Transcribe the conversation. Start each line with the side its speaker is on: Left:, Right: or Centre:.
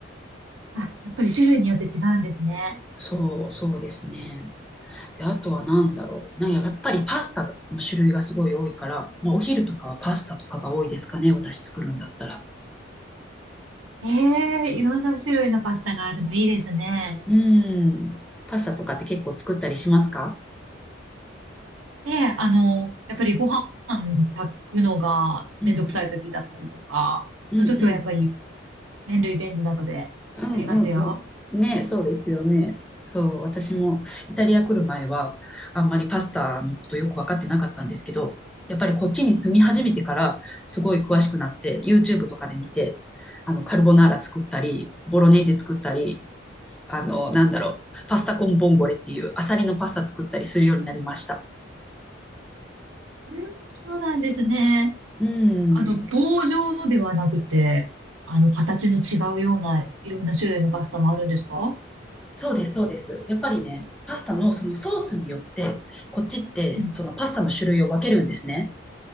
Right: あ、やっぱり種類によって違うんですね。
Centre: そう、そうですね。で、あとは何だろう。なんや、やっぱりパスタの種類がすごい多いから、まあ、お昼とかはパスタとかが多いですかね。私作るんだったら。
Right: ええいろんな種類のパスタがあるのいいですね。
Centre: うん。パスタとかって結構作ったりしますか
Right: で、あの、やっぱりご飯炊くのがめんどくさい時だったりとか、
Centre: うんうん。うんうん
Right: そういう時はやっぱり麺類便利なので作りますよ。
Centre: うんうんうん。ね、そうですよね。そう、私もイタリア来る前は、あんまりパスタのことよく分かってなかったんですけど、やっぱりこっちに住み始めてから、すごい詳しくなって、YouTube とかで見て、あの、カルボナーラ作ったり、ボロネーゼ作ったり、あの、なんだろう、パスタコンボンゴレっていうアサリのパスタ作ったりするようになりました。
Right: うん、そうなんですね。
Centre: うん。
Right: あの、棒状のではなくて、あの、形の違うようないろんな種類のパスタもあるんですか
Centre: そうです、そうです。やっぱりね、パスタのそのソースによって、こっちってそのパスタの種類を分けるんですね。
Right: うん、